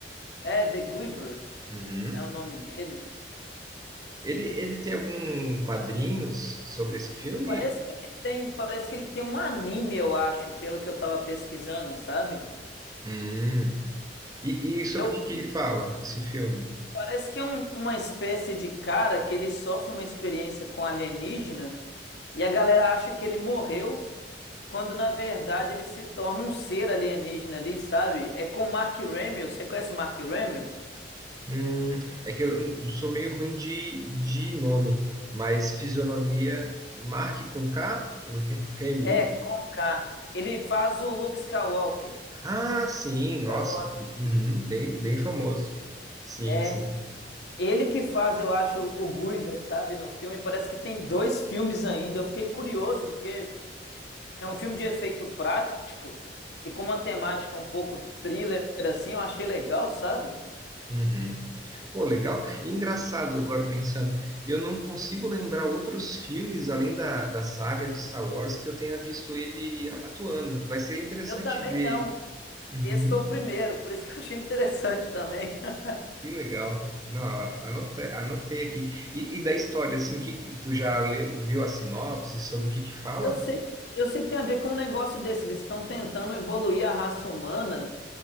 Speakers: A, on the left; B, on the right.
A: É, The Guiver
B: Uhum.
A: é o nome dele.
B: Ele, ele tem algum quadrinhos sobre esse filme?
A: Parece que ele tem, parece que ele tem um anime, eu acho, pelo que eu tava pesquisando, sabe?
B: Hum. E, e sobre
A: Eu
B: o que que ele fala, esse filme?
A: Parece que é um- uma espécie de cara que ele sofre uma experiência com alienígena e a galera acha que ele morreu, quando na verdade ele se torna um ser alienígena ali, sabe? É com Mark Hamill, você conhece Mark Hamill?
B: Hum, é que eu sou meio ruim de, de nome, mas fisionomia, Mark com K, ou Re- Hamill.
A: É, com K. Ele faz o Luke Skywalker,
B: Ah, sim, nossa.
A: Star Wars
B: Uhum,
A: antigo.
B: bem, bem famoso. Sim,
A: É,
B: sim.
A: ele que faz, eu acho, o Guyver, sabe, no filme. Parece que tem dois filmes ainda. Eu fiquei curioso, porque É um filme de efeito prático e com uma temática um pouco thriller, assim, eu achei legal, sabe?
B: Uhum. Pô, legal. Engraçado agora pensando, eu não consigo lembrar outros filmes além da, da saga de Star Wars que eu tenha visto ele atuando. Vai ser interessante
A: Eu também
B: ver.
A: não.
B: Uhum.
A: Esse foi o primeiro, por isso que eu achei interessante também. <laughs>
B: Que legal. Não, anote- anotei, aqui. E, e da história, assim, que tu já leu- viu a sinopse sobre o que que fala?
A: Eu sei, eu sei que tem a ver com um negócio desse. Eles estão tentando evoluir a raça humana,